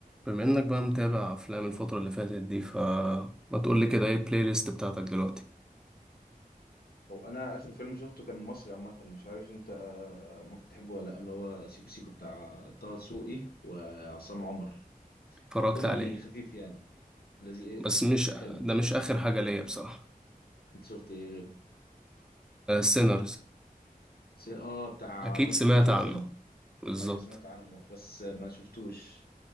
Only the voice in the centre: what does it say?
بما انك بقى متابع افلام الفترة اللي فاتت دي فما تقول لي كده ايه البلاي ليست بتاعتك دلوقتي
اتفرجت
عليه
بس مش
ده مش اخر حاجة ليا بصراحة
سينرز
اكيد
سمعت
عنه بالظبط